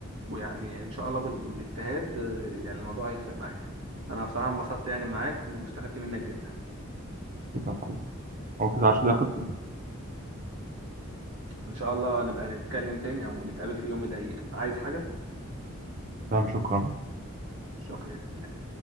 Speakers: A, on the right (about 70°); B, on the right (about 40°).
A: ويعني ان شاء الله بال- بالاجتهاد آه، يعني الموضوع هيفرق معاك انا بصراحه انبسطت يعني معاك واستفدت منك جدا
B: شكرا حبيبي هو كده 10 دقايق خلصوا
A: ان شاء الله نبقى نتكلم تاني او نتقابل في يوم من الايام عايز حاجه
B: تمام شكرا
A: شكرا